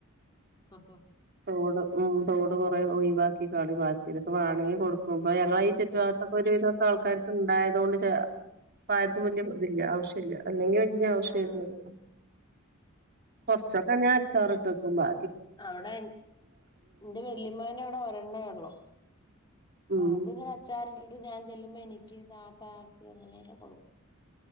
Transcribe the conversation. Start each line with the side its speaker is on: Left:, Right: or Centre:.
Left: ഹഹ
Right: തോട് ഉം തോട് കൊറെ ഒയിവാക്കി ക്കാണ്ട് ആർക്കേലൊക്കെ വാണങ്കി കൊടുക്കുമ്പോ ഞങ്ങളെ ചുറ്റു ഈ ഭാ അപ്പൊ ഒരുവിധൊക്കെ ആൾക്കാർക്ക് ണ്ടായതൊണ്ട് ചെ പ്പാർക്കും വല്ല്യേ ഇതില്ല ആവശ്യല്ല അല്ലെങ്കി വല്ല്യേ ആവശ്യായിരുന്നു.
Left: ആഹ്
Right: കൊറച്ചൊക്കെ ഞാൻ അച്ചാറി ഇട്ട് വെക്കും ബാ
Left: അവടെ ന്റെ വെല്ലിമാന്റവിടെ ഒരെണ്ണേ ഒള്ളു അപ്പൊ
Right: ഉം
Left: അത്ങ്ങനെ അച്ചാറിട്ടിട്ട് ഞാൻ ചെല്ലുമ്പോ എനിക്ക് താത്തക്ക് അങ്ങനെയൊക്കെ കൊടുക്കും